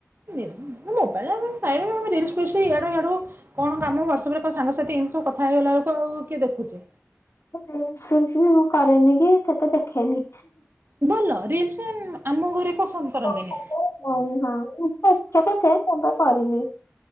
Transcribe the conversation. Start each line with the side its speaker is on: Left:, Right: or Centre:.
Right: ନେ ମୋବାଇଲ୍ ଟା <unintelligible> ରିଲ୍ସ ଇଆଡୁ ହିଆଡୁ। କଣ କାମ ୱାଟସପରେ କୋଉ ସାଙ୍ଗସାଥି ଏମିତି ସବୁ କଥା ହେଇଗଲା ବେଳୁକୁ ଆଉ କିଏ ଦେଖୁଛି?
Left: ରିଲ୍ସ ଫିଲ୍ସ ବି ମୁଁ କରେନି କି ସେତେ ଦେଖେନି।
Right: ଭଲ ରିଲ୍ସ ଆମ ଘରେ ପସନ୍ଦ କରନ୍ତିନି
Left: <unintelligible> ଭଲ କରିନି।